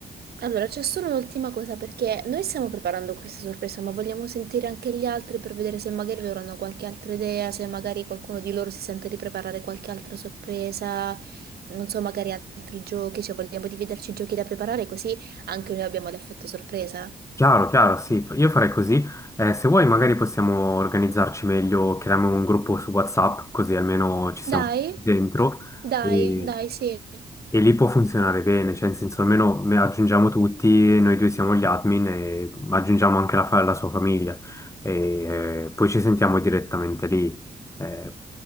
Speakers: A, on the right; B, on the left.
A: Allora, c'è solo un'ultima cosa, perché noi stiamo preparando questa sorpresa, ma vogliamo sentire anche gli altri per vedere se magari loro hanno qualche altra idea, se magari qualcuno di loro si sente di preparare qualche altra sorpresa, non so, magari altri giochi, cioè vogliamo dividerci i giochi da preparare così anche noi abbiamo l'effetto sorpresa.
B: Chiaro, chiaro, sì, io farei così. Eh, se vuoi magari possiamo organizzarci meglio, creiamo un gruppo su WhatsApp, così almeno ci siamo
A: Dai,
B: dentro.
A: dai,
B: E...
A: dai, sì.
B: E lì può funzionare bene, cioè in senso almeno me- aggiungiamo tutti, noi due siamo gli admin e aggiungiamo anche la, fa- la sua famiglia e eh, poi ci sentiamo direttamente lì. Eh,